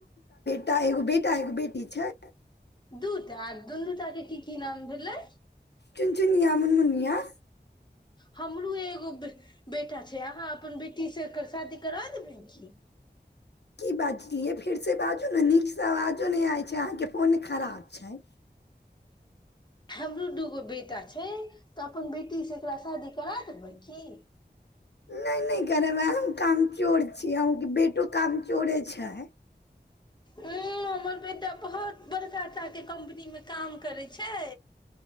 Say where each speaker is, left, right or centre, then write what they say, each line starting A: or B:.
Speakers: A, on the left; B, on the left.
A: त एगो बेटा एगो बेटी छै
B: दू टा दूनू टा के की की नाम भेलै
A: चुनचुनियाँ मुनमुनियाँ
B: हमरो एगो बे बेटा छै अहाँ अपन बेटीसँ एकर शादी करा देबै की
A: की बाजलियै फेरसँ बाजू ने नीकसँ आवाजो नहि आबै छै अहाँके फोन खराब छै
B: हमरो दूगो बेटा छै तऽ अपन बेटी से एकरा शादी करा देबै की
A: नहि नहि करेबै हम काम चोर छी अन्हु के बेटी काम चोरे छै
B: अं हमर बेटा बहुत बड़काटाके कम्पनीमे काम करै छै